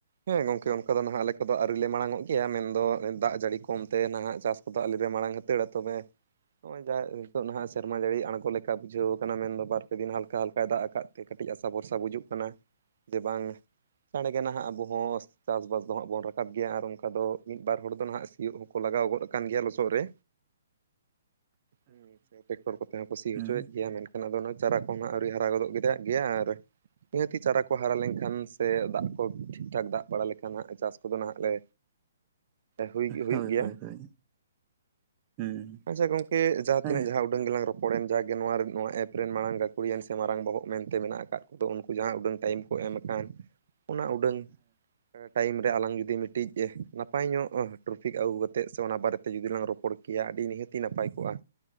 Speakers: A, on the right; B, on the right.
A: ᱦᱮᱸ ᱜᱚᱝᱠᱮ ᱚᱱᱠᱟ ᱫᱚ ᱱᱟᱦᱟᱜ ᱟᱞᱮ ᱠᱚᱫᱚ ᱟᱹᱣᱨᱤ ᱞᱮ ᱢᱟᱲᱟᱝ ᱚᱜ ᱜᱮᱭᱟ ᱢᱮᱱᱫᱚ ᱫᱟᱜ ᱡᱟᱹᱲᱤ ᱠᱚᱢᱛᱮ ᱱᱟᱦᱟᱜ ᱪᱟᱥ ᱠᱚᱫᱚ ᱟᱞᱮ ᱨᱮ ᱢᱟᱲᱟᱝ <unintelligible> ᱛᱚᱵᱮ ᱱᱚᱜᱼᱚᱭ ᱡᱟᱦᱟᱸ ᱱᱤᱛᱳᱜ ᱱᱟᱦᱟᱜ ᱥᱮᱨᱢᱟ ᱡᱟᱹᱲᱤ ᱟᱬᱜᱚ ᱞᱮᱠᱟ ᱵᱩᱡᱷᱟᱹᱣ ᱠᱟᱱᱟ ᱢᱮᱱᱫᱚ ᱵᱟᱨ ᱯᱮ ᱫᱤᱱ ᱦᱟᱞᱠᱟ ᱦᱟᱞᱠᱟᱭ ᱫᱟᱜᱽ ᱟᱠᱟᱫ ᱛᱮ ᱠᱟᱹᱴᱤᱡ ᱟᱥᱟ ᱵᱷᱚᱨᱥᱟ ᱵᱩᱡᱩᱜ ᱠᱟᱱᱟ ᱡᱮ ᱵᱟᱝ ᱪᱟᱬᱜᱮ ᱱᱟᱦᱟᱜ ᱟᱵᱚ ᱦᱚᱸ ᱪᱟᱥᱵᱟᱥ ᱫᱚ ᱦᱟᱸᱜ ᱵᱚᱱ ᱨᱟᱠᱟᱵ ᱜᱮᱭᱟ ᱟᱨ ᱚᱱᱠᱟ ᱫᱚ ᱢᱤᱫ ᱵᱟᱨ ᱦᱚᱲ ᱫᱚ ᱱᱟᱦᱟᱜ ᱥᱤᱭᱩᱜ ᱦᱚᱸᱠᱚ ᱞᱟᱜᱟᱣ ᱜᱚᱫ ᱟᱠᱟᱱ ᱜᱮᱭᱟ ᱞᱚᱥᱚᱫ ᱨᱮ᱾ ᱦᱮᱸ ᱥᱮ᱾ ᱴᱨᱟᱠᱴᱚᱨ ᱠᱚᱛᱮ ᱦᱚᱸ ᱠᱩ ᱥᱤ
B: ᱦᱩᱸ
A: ᱦᱚᱪᱚᱭᱮᱫ ᱜᱮᱭᱟ ᱢᱮᱱᱠᱷᱟᱱ ᱟᱫᱚ ᱚᱱᱟ ᱪᱟᱨᱟ ᱠᱚᱦᱟᱸᱜ ᱟᱹᱣᱨᱤ ᱦᱟᱨᱟ ᱜᱚᱫᱚᱜ ᱜᱮᱫᱚ ᱜᱮᱭᱟ ᱟᱨ ᱱᱤᱦᱟᱹᱛᱤ ᱪᱟᱨᱟ ᱠᱚ ᱦᱟᱨᱟ ᱞᱮᱱᱠᱷᱟᱱ ᱥᱮ ᱫᱟᱜᱽ ᱠᱚ ᱴᱷᱤᱠᱼᱴᱷᱟᱠ ᱫᱟᱜᱽ ᱵᱟᱲᱟ ᱞᱮᱠᱷᱟᱱ ᱪᱟᱥ ᱠᱚᱫᱚ ᱱᱟᱦᱟᱸᱜ ᱞᱮ ᱦᱩᱭ ᱦᱩᱭᱩᱜ
B: ᱦᱳᱭ
A: ᱜᱮᱭᱟ᱾
B: ᱦᱳᱭ ᱦᱳᱭ ᱦᱩᱸ
A: ᱟᱪᱪᱷᱟ ᱜᱚᱝᱠᱮ ᱡᱟᱦᱟᱸ
B: ᱦᱮᱸ
A: ᱛᱤᱱᱟᱹᱜ ᱡᱟᱦᱟᱸ ᱩᱰᱟᱹᱝ ᱜᱮᱞᱟᱝ ᱨᱚᱯᱚᱲᱮᱱ ᱡᱟᱜᱮ ᱱᱚᱣᱟ ᱱᱚᱣᱟ ᱮᱯ ᱨᱮᱱ ᱢᱟᱲᱟᱝ ᱜᱟᱹᱠᱷᱲᱤᱭᱟᱹᱮᱱ ᱥᱮ ᱢᱟᱨᱟᱝ ᱵᱚᱦᱚᱜ ᱢᱮᱱᱛᱮ ᱢᱮᱱᱟᱜ ᱟᱠᱟᱫ ᱫᱚ ᱩᱱᱠᱩ ᱡᱟᱦᱟᱸ ᱩᱰᱟᱹᱝ ᱴᱟᱭᱤᱢ ᱠᱚ ᱮᱢ ᱟᱠᱟᱱ, ᱚᱱᱟ ᱩᱰᱟᱹᱝ ᱴᱟᱭᱤᱢ ᱨᱮ ᱟᱞᱟᱝ ᱡᱩᱫᱤ ᱢᱤᱫᱴᱤᱡ ᱱᱟᱯᱟᱭ ᱧᱚᱜ ᱴᱨᱚᱯᱤᱠ ᱟᱹᱜᱩ ᱠᱟᱛᱮᱫ ᱥᱮ ᱚᱱᱟ ᱵᱟᱨᱮᱛᱮ ᱡᱩᱫᱤ ᱞᱝ ᱨᱚᱯᱚᱲ ᱠᱮᱭᱟ ᱟᱹᱰᱤ ᱱᱤᱦᱟᱹᱛᱤ ᱱᱟᱯᱟᱭ ᱠᱚᱜᱼᱟ,